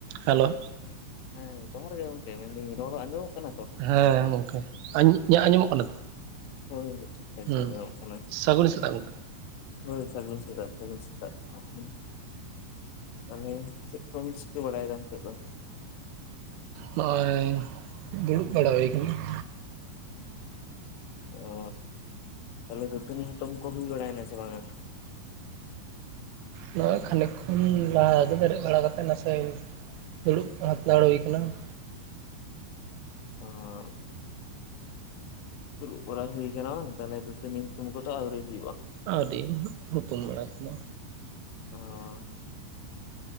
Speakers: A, on the right; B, on the left.
A: Hello
B: ᱦᱮᱸ ᱡᱚᱦᱟᱨ ᱜᱮ ᱜᱚᱢᱠᱮ ᱢᱮᱱᱫᱟᱹᱧ ᱨᱚᱲ ᱟᱸᱡᱚᱢᱚᱜ ᱠᱟᱱᱟ ᱛᱚ
A: ᱦᱮᱸ
B: ᱴᱷᱤᱠ ᱴᱷᱟᱠ?
A: ᱜᱚᱢᱠᱮ ᱟᱸᱡ ᱤᱧᱟᱜ ᱟᱸᱡᱚᱢᱚᱜ ᱠᱟᱱᱟ ᱛᱚ
B: ᱦᱳᱭ ᱴᱷᱤᱠ ᱴᱷᱟᱠ ᱟᱸᱡᱚᱢᱚᱜ
A: ᱦᱩᱸ
B: ᱠᱟᱱᱟ
A: ᱥᱟᱹᱜᱩᱱ ᱥᱮᱛᱟᱜ ᱜᱚᱝᱠᱮ
B: ᱦᱳᱭ ᱥᱟᱹᱜᱩᱱ ᱥᱮᱛᱟᱜ ᱥᱟᱹᱜᱩᱱ ᱥᱮ <unintelligible> ᱛᱟᱦᱚᱞᱮ ᱪᱮᱜ ᱠᱚᱢ ᱪᱤᱠᱟᱹ ᱵᱟᱲᱟᱭᱮᱫᱟ ᱱᱤᱛᱚᱜ ᱫᱚ?
A: ᱦᱚᱸᱜ ᱚᱭ ᱫᱩᱲᱩᱵ ᱵᱟᱲᱟ ᱦᱩᱭ ᱠᱟᱱᱟ ᱾
B: ᱳ ᱛᱟᱦᱚᱞᱮ ᱫᱟᱹᱛᱟᱹᱱᱤ ᱦᱩᱛᱩᱢ ᱠᱚ ᱦᱩᱭ ᱵᱟᱲᱟᱭᱮᱱᱟ ᱥᱮ ᱵᱟᱝᱼᱟ?
A: ᱱᱚᱜᱼᱚᱭ ᱠᱷᱟᱱᱤᱠ ᱠᱷᱚᱱ ᱞᱟᱦᱟᱜᱮ ᱫᱮᱨᱮᱫ ᱵᱟᱲᱟ ᱠᱟᱛᱮᱫ ᱱᱟᱥᱮ ᱫᱩᱲᱩᱵ ᱦᱟᱛᱟᱲ ᱦᱩᱭ ᱠᱟᱱᱟ ᱾
B: ᱚᱸᱻ ᱫᱩᱲᱩᱵ ᱵᱟᱲᱟ ᱦᱩᱭ ᱠᱟᱱᱟ ᱵᱟᱝ ᱛᱟᱦᱚᱞᱮ ᱫᱟᱹᱛᱟᱹᱱᱤ ᱦᱩᱛᱩᱢ ᱠᱚᱫᱚ ᱟᱹᱣᱨᱤ ᱦᱩᱭᱩᱜᱼᱟ ᱾
A: ᱟᱹᱣᱨᱤ ᱦᱩᱛᱩᱢ ᱵᱟᱲᱟ ᱠᱚᱫᱟ᱾
B: ᱚᱸᱻ ᱾